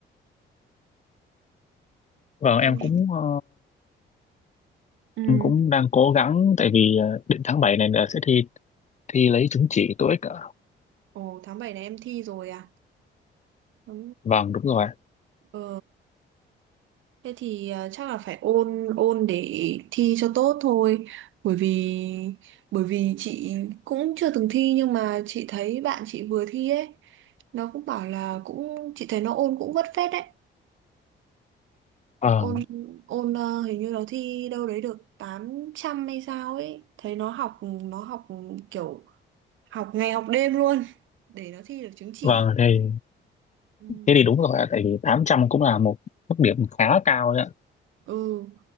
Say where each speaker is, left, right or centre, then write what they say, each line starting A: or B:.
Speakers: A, on the left; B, on the right.
A: vâng
B: em
A: em cũng ờ,
B: ừ.
A: em cũng đang cố gắng tại vì ờ, định tháng 7 này là sẽ thi thi lấy chứng chỉ TOEIC ạ.
B: ồ tháng 7 này em thi rồi à Ừ,
A: Vâng đúng rồi.
B: Ờ, thế thì à, chắc là phải ôn ôn để thi cho tốt thôi bởi vì bởi vì chị cũng chưa từng thi nhưng mà chị thấy bạn chị vừa thi ấy nó cũng bảo là cũng chị thấy nó ôn cũng vất phết đấy
A: Vâng,
B: ôn ôn ờ, hình như nó thi đâu đấy được tám trăm hay sao ấy thấy nó học nó học kiểu học ngày học đêm luôn để nó thi được chứng chỉ
A: vâng thì
B: ừ,
A: thế thì đúng rồi ạ, tại vì 800 cũng là một mức điểm khá cao đấy ạ.
B: ừ.